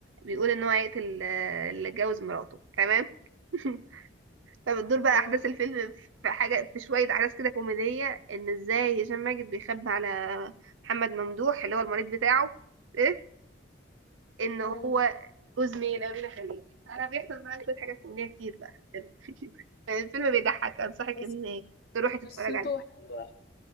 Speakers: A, on the right; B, on the left.
A: بيقول ان هو هيقتل آه، اللي اتجوز مراته تمام <laughs> فبتدور بقى
B: اه
A: احداث الفيلم في حاجه في شويه احداث كده كوميديه ان ازاي هشام ماجد بيخبي على محمد ممدوح اللي هو المريض بتاعه ايه ان
B: اه
A: هو جوز مين امينه خليل انا بيحصل معايا شويه حاجات كوميديه كتير بقى في الفيلم <laughs> الفيلم بيضحك انصحك
B: بس
A: انك تروحي تتفرج
B: قصته
A: عليه
B: حلوة